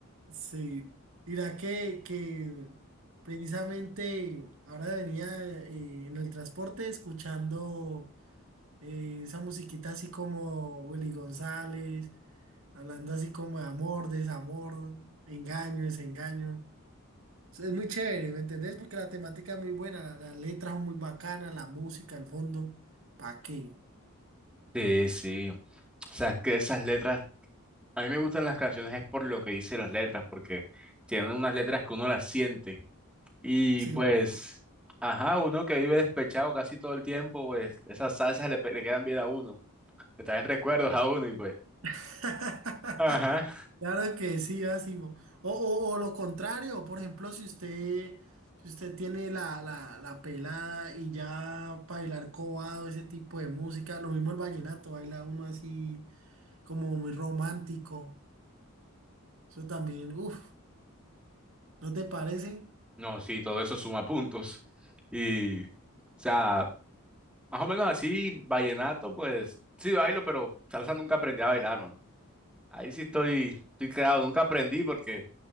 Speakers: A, on the right; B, in the centre.
A: Sí, mira que, que precisamente ahora venía eh, en el transporte escuchando eh, esa musiquita así como Willy González, hablando así como de amor, desamor, engaño, desengaño. Es es muy chévere, ¿me entendés? Porque la temática es muy buena, la- las letras son muy bacanas, la música, el fondo, ¿pa' qué?
B: Sí, sí. O sea, es que esas letras, a mí me gustan las canciones es por lo que dice las letras, porque tienen unas letras que uno las siente. Y
A: Sí.
B: pues, ajá, uno que vive despechado casi todo el tiempo, pues esas salsas le, pe- le quedan bien a uno, le traen recuerdos a uno y pues.
A: <laughs>
B: Ajá.
A: Claro que sí, Asimo. O, o, o lo contrario, por ejemplo, si usted, si usted tiene la, la, la pelada y ya bailar cobado, ese tipo de música, lo mismo el vallenato, baila uno así como muy romántico. Eso también, uff, ¿no te parece?
B: No, sí, todo eso suma puntos. Y, o sea, Más o menos así, vallenato, pues sí bailo, pero salsa nunca aprendí a bailar, mano. Ahí sí estoy, estoy quedado, nunca aprendí porque,